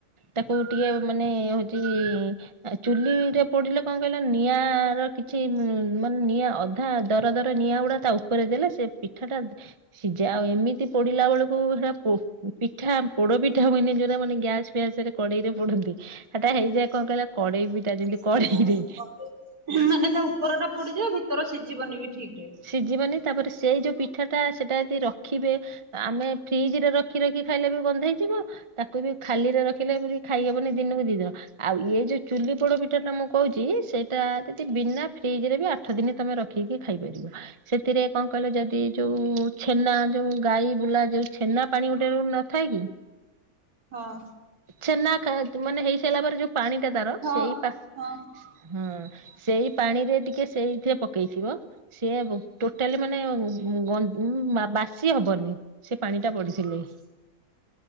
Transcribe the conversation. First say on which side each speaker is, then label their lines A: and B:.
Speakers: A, on the right; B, on the right.
A: ତାକୁ ଟିକେ ମାନେ ହଉଛି ଆ ଚୁଲିରେ ପୋଡିଲେ କଣ କହିଲ ନିଆଁର କିଛି ମ୍ ମାନେ ନିଆଁ ଅଧା ଦର ଦର ନିଆଁ ଗୁଡା ତା ଉପରେ ଦେଲେ ସେ ପିଠାଟା ସିଜେ ଆଉ ଏମିତି ପୋଡିଲା ବେଳକୁ ହେରା ପୋ ପିଠା, ପୋଡ଼ପିଠା ହୁଏନେଇ ଯୋଉରା ମାନେ ଗ୍ୟାସ୍ ଫ୍ୟାସ୍ ରେ କଡ଼େଇରେ ପୋଡନ୍ତି, ସେଟା ହେଇଯାଏ କଣ କହିଲ କଡ଼େଇ ପିଟା ଯେମିତି
B: <unintelligible>
A: କଡେଇରେ।
B: ମାନେ ତା ଉପରଟା ପୋଡିଯିବ ଭିତର ସିଝିବନି ବି ଠିକ୍ ରେ।
A: ସିଝିବନି ତାପରେ ସେଇ ଯୋଉ ପିଠାଟା ସେଟା ଯଦି ରଖିବେ ଆମେ ଫ୍ରିଜରେ ରଖି ରଖି ଖାଇଲେ ବି ଗନ୍ଧେଇ ଯିବ ତା କୁବି ଖାଲିରେ ରଖିଲେ ଏମିତି ଖାଇହବନି ଦିନକୁ ଦି ଦିନ, ଆଉ ଇଏ ଯୋଉ ଚୁଲି ପୋଡ଼ପି ଠାଟା ମୁଁ କହୁଛି ସେଇଟା ଯଦି ବିନା ଫ୍ରିଜ୍ ରେ ବି ଆଠଦିନି ତମେ ରଖିକି ଖାଇପାରିବ। ସେଥିରେ କଣ କହିଲ ଯଦି ଯୋଉ ଛେନା ଯୋଉ ଗାଈ ବୁଲା ଯୋଉ ଛେନା ପାଣି ଗୋଟେ ନଥାଏ କି?
B: ହଁ
A: ଛେନା ଖାତ୍ ମାନେ ହେଇସାଇଲା ପରେ ଯୋଉ ପାଣିଟା ତାର
B: ହଁ
A: ସେଇ ପା
B: ହଁ।
A: ହଁ ସେଇ ପାଣିରେ ଟିକେ ସେଇଥିରେ ପକେଇଥିବ, ସିଏ ବ ଟୋଟାଲି ମାନେ ମୁଁ ଗନ ଉଁ ବା ବାସି ହବନି ସେ ପାଣି ଟା ପଡିଥିଲେ।